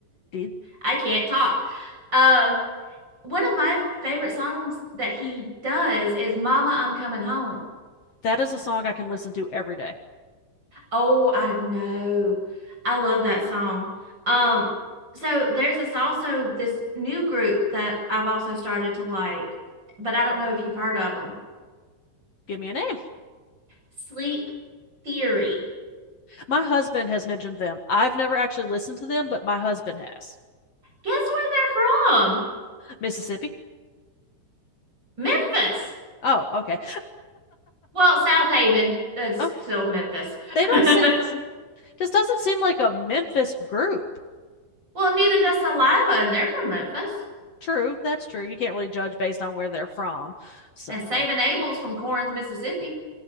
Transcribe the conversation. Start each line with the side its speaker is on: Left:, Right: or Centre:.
Left: <laughs>
Right: I can't talk. Um, one of my favorite songs that he does is "Mama, I'm Coming Home."
Left: that is a song I can listen to every day.
Right: Oh, I know. I love that song. Um, so there's this also this new group that I've also started to like, but I don't know if you've heard of them.
Left: Give me a name.
Right: Sleep Theory.
Left: My husband has mentioned them. I've never actually listened to them, but my husband has.
Right: Guess where they're from?
Left: Mississippi.
Right: Memphis.
Left: Oh, okay.
Right: Well, South Haven. That's
Left: Okay.
Right: still Memphis. <laughs>
Left: They don't
Right: well,
Left: seem, this doesn't seem like a Memphis group.
Right: neither does Saliva, and they're from Memphis.
Left: True. That's true. You can't really judge based on where they're from. So
Right: And Saving Abel's from Corinth, Mississippi.